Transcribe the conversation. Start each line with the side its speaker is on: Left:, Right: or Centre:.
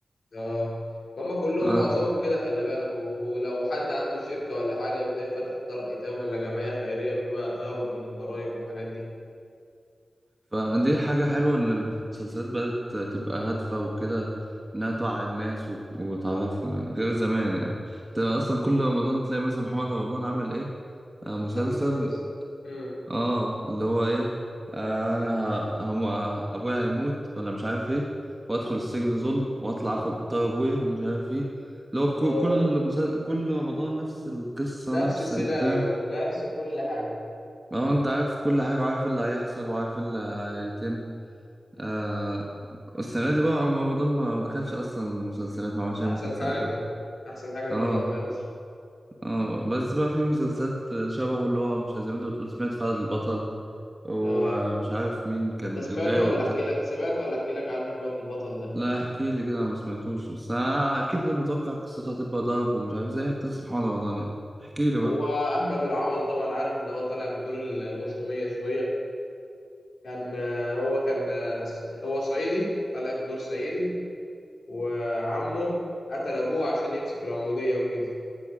Left: اه هما كلهم
Right: آه،
Left: معظمهم كده خلي بالك ولو حد عنده شركة ولا حاجة وتلاقيه فاتح دار أيتام ولا جمعية خيرية بيبقى تهرب من الضرايب والحاجات دي
Right: فدي حاجة حلوة إن المسلسلات بقت تبقى هادفة وكده إنها توعي الناس و- وتعرفهم يعني غير زمان يعني أنت أصلا
Left: آه.
Right: كل رمضان تلاقي مثلا محمد رمضان عامل إيه آه مسلسل
Left: نفس القصة مم.
Right: آه اللي هو إيه آه أنا ه- هم أبويا هيموت ولا مش عارف إيه وأدخل السجن ظلم وأطلع آخد طار أبويا ومش عارف إيه اللي هو
Left: آه.
Right: كل كل
Left: <laughs>
Right: مسل... كل رمضان نفس القصة
Left: نفس
Right: نفس
Left: السيناريو
Right: البتاع
Left: ونفس كل حاجة
Right: ما هو أنت عارف كل حاجة وعارف إيه اللي هيحصل وعارف إيه اللي هيتم آه، والسنة دي بقى رمضان ما ما دخلش أصلا المسلسلات ما عملش أي
Left: أحسن
Right: مسلسلات
Left: حاجة
Right: ولا
Left: أحسن حاجة إن
Right: آه
Left: هو ما دخلش
Right: آه بس بقى في مسلسلات شبهه اللي هو مش زي ما أنت بتقول سمعت فهد البطل ومش
Left: اه
Right: عارف مين كان
Left: انت سمعته
Right: الغاوي
Left: ولا
Right: بتاع
Left: احكي لك سمعته ولا احكي لك عنه فؤاد البطل ده
Right: لا احكي لي كده أنا ما سمعتوش بس أنا أكيد متوقع قصتها هتبقى ضرب ومش عارف زي قصص محمد رمضان يعني احكي
Left: هو
Right: لي بقى
Left: احمد العوضي طبعا عارف اللي هو طالع بدور ال- الغشوميه شويه كان آه، هو كان آه، ص- هو صعيدي طالع بدور صعيدي وعمه قتل ابوه عشان يمسك العموديه وكده